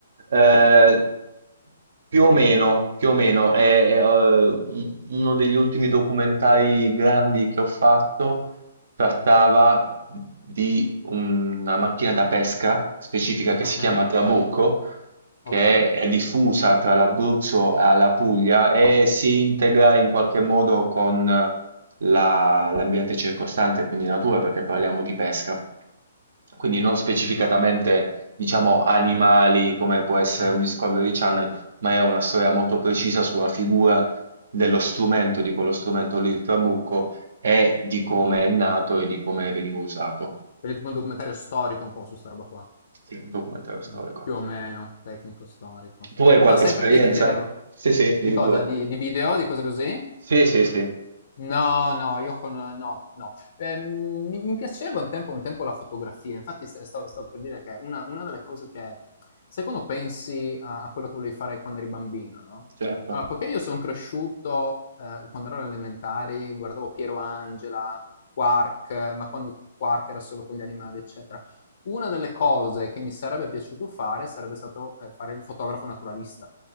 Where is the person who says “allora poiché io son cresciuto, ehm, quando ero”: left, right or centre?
Left